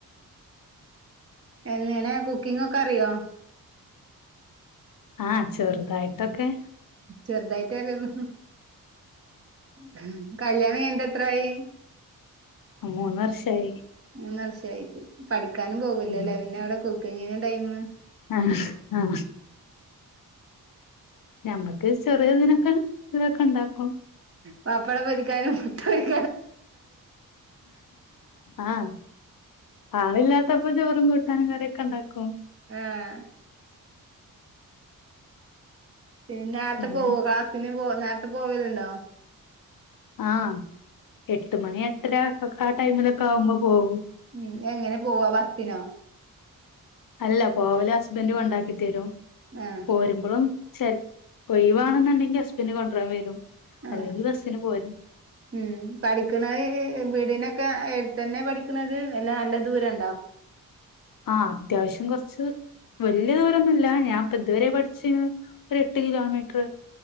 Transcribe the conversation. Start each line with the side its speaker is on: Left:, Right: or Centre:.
Right: എങ്ങെനെ കുക്കിംഗൊക്കറിയോ?
Left: ആഹ ചെറുതായിട്ടൊക്കെ
Right: ചെറുതായിട്ടറിയുന്നു ഹ് കല്യാണംകഴിഞ്ഞിട്ടെത്രായി?
Left: മൂന്ന് വർഷായി
Right: മൂന്നർഷായി പഠിക്കാനും പോകൂല്ലോ
Left: ഉം
Right: ലെ പിന്നെ വിടെ കുക്കിങ്ങിന്റെ ടൈം
Left: ആഹ് ആഹ് ഞമ്മക്ക് ചെറിയതിനൊക്കെ ഇതൊക്കെ ഉണ്ടാക്കും
Right: പപ്പടം പൊരിക്കാനും മുട്ടപൊ
Left: ആഹ ആളില്ലാത്ത അപ്പ ചോറും കൂട്ടാനും കറിയൊക്കെണ്ടാക്കും
Right: ആഹ പിന്ന നേരത്തെ
Left: പിന്നെ
Right: പോവോ ക്ലാസ്സിന് പോ നേരത്തെ പോവലുണ്ടോ
Left: ആഹ എട്ട്മണി എട്ടെരക്ക ആ ടൈമിലൊക്കെ ആവുമ്പോ പോകും
Right: ഉം എങ്ങനെ പോവാ ബസ്സിനോ
Left: അല്ല പോവലെസ്ബൻഡ് കൊണ്ടാക്കിത്തരും
Right: ആഹ്
Left: പോരുമ്പോളും ശരി ഒഴിവാണെന്നുണ്ടെങ്കി അസ്ബന്ഡ് കൊണ്ടോരാൻ വരും
Right: ആ
Left: അല്ലെങ്കി ബസ്സിന് പോരും
Right: ഉം പഠിക്കണെ വീടിനെ ക്കെത്തന്നെ പഠിക്കുന്നത് എല്ലാ നല്ല ദൂരണ്ടോ
Left: ആ അത്യാവശ്യം കൊറച്ച് വല്യയ ദൂരൊന്നുല്ല ഞാൻ ഇപ്പ ഇതുവരെ പഠിച്ച ഒരു എട്ട് കിലോമീറ്റർ